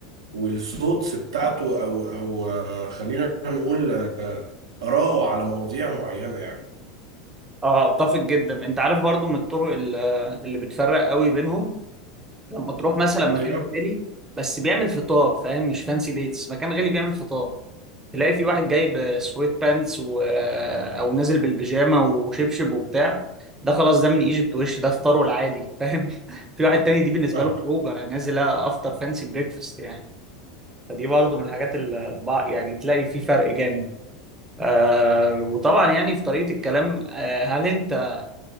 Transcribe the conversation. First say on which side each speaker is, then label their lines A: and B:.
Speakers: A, on the right; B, on the right.
A: والصوتس بتاعته او او آه، خلينا نقول آه، آراءه على مواضيع معينة يعني
B: اه اتفق جدا انت عارف برضو من الطرق ال- اللي بتفرق قوي بينهم لما تروح مثلا مكان
A: ايوه
B: غالي بس بيعمل فطار فاهم مش فانسي ديتس مكان غالي بيعمل فطار تلاقي في واحد جايب سويت بانتس و... آه، او نازل بالبيجامه وشبشب وبتاع ده خلاص ده من ايجيبت وش ده فطاره العادي فاهم <laughs> في واحد تاني دي بالنسبه
A: <laughs> أها.
B: له خروج انا نازل افطر فانسي بريكفاست يعني فدي برضه من الحاجات اللي بع- يعني تلاقي في فرق جامد آه وطبعا يعني في طريقه الكلام آه هل انت